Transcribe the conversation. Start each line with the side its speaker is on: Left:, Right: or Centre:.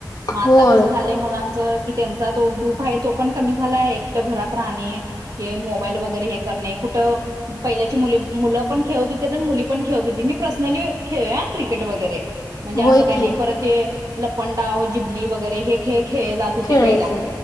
Right: मग आता
Left: होय
Right: कसं झालंय मुलांचं? की त्यांचा तो हुरूप आहे तो पण कमी झाला आहे, एकट घरात राहणे हे मोबाईल मोबाईल वगैरे हे करणे कुठं पहिल्याची मुली मुलं पण खेळत होते मुली पण खेळत होती मी पर्सनली खेळ हा क्रिकेट वगैरे म्हणजे असं
Left: होय
Right: काही
Left: की
Right: नाही परत ते लपंडाव जिबली वगैरे हे खेळ खेळले जात होते
Left: खेळायचं
Right: पहिला